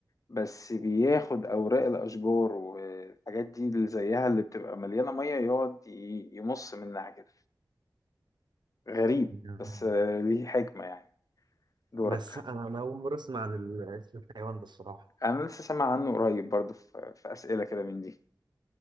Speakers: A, on the left; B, on the right.
A: بس بياخد أوراق الأشجار والحاجات دي اللي زيها اللي بتبقى مليانة مية يقعد ي- يمص منها كده غريب
B: يعني-
A: بس آه، ليه حكمة يعني
B: <laughs>
A: دورك
B: بس انا أنا اول مره اسمع عن ال- اسم الحيوان ده الصراحه
A: أنا لسه سامع عنه قريب برضه في في أسئلة كده من دي